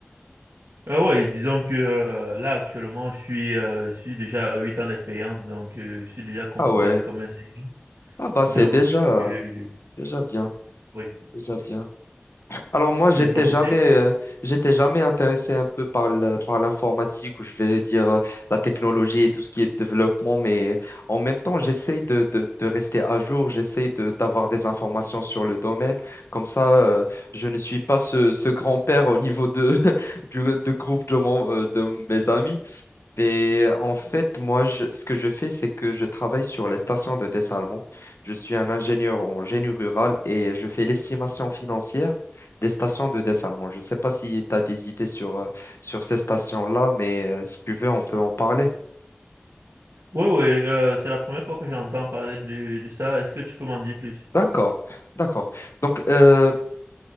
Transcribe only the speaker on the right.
Ah oui, disons que euh, là, actuellement, je suis, euh, je suis déjà à 8 ans d'expérience, donc euh, je suis déjà considéré
comme un senior.
Donc,
euh,
oui.
Et
de ton côté?
Oui, oui, euh, c'est la première fois que j'entends parler de, de ça. Est-ce que tu peux m'en dire plus?